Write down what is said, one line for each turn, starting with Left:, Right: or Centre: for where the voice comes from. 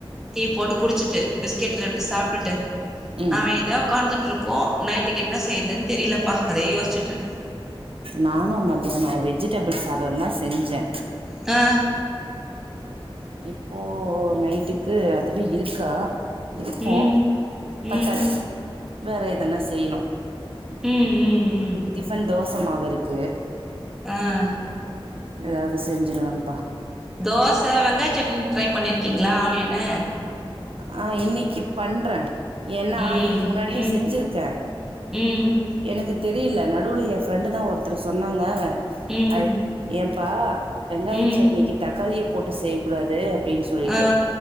Centre: டீ போட்டு குடுச்சிட்டு பிஸ்கெட் ரெண்டு சாப்ட்டுட்டு
Right: ம்
Centre: நாவெ இதோ உக்காந்துட் இருக்கோ நைட்டுக்கு என்ன செய்யற் துன் தெரியலப்பா அதே யோச்சுட்டு இருக்கு
Right: நானு மத்தியானொ வெஜிடபிள் சாதொ தா செஞ்சே
Centre: அ
Right: இப்போ நைட்டுக்கு அதுவே இருக்கா இருக்கு
Centre: ம்
Right: பத்தாச்
Centre: ம்
Right: வேற எதன செய்யணு
Centre: ம் ம் ம்
Right: டிஃபன் தோச மாவு இருக்கு
Centre: அ
Right: ஏதாவது செஞ்சுருவேப்பா
Centre: தோச வெங்காய சட்னி ட்ரை பண்ணிருக்கீங்ளா ஆனியன்னு
Right: ஆ இன்னக்கி பண்றே ஏன்னா
Centre: ம்
Right: இதுக்கு முன்னாடியு
Centre: ம்
Right: செஞ்சுருக்கே
Centre: ம்
Right: எனக்கு தெரியல நடுவுல எ ஃப்ரெண்டு தா ஒருத்தரு சொன்னாங்க
Centre: ம்
Right: ஐ ஏப்பா வெங்காய
Centre: ம்
Right: சட்னிக்கு தக்காளிய போட்டு செய்யக்கூடாது அப்டின் சொல்லிட்டு
Centre: ஆ